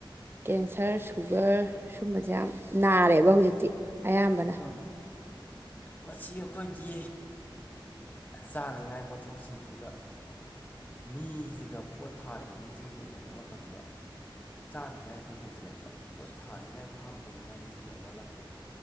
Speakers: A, on the right; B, on the left.
A: ꯀꯦꯟꯁꯔ ꯁꯨꯒꯔ ꯁꯨꯝꯕꯁꯦ ꯌꯥꯝ ꯅꯥꯔꯦꯕ ꯍꯧꯖꯤꯛꯇꯤ ꯑꯌꯥꯝꯕꯅ
B: ꯎꯝ ꯃꯁꯤ ꯑꯩꯈꯣꯏꯒꯤ ꯆꯥꯅꯤꯡꯉꯥꯏ ꯄꯣꯠꯊꯣꯛꯁꯤꯡꯁꯤꯗ ꯃꯤꯁꯤꯒ ꯄꯣꯠ ꯊꯥꯔꯤꯕ ꯃꯤꯁꯤꯒ ꯌꯦꯡꯅꯕ ꯃꯇꯝꯗ ꯆꯥꯅꯤꯡꯉꯥꯏꯁꯤꯅ ꯍꯦꯟꯖꯤꯜꯂꯛꯄ ꯄꯣꯠ ꯊꯥꯅꯤꯡꯉꯥꯏ ꯐꯥꯝ ꯇꯧꯅꯤꯡꯉꯥꯏ ꯃꯤꯁꯤꯅ ꯋꯥꯠꯂꯛꯄ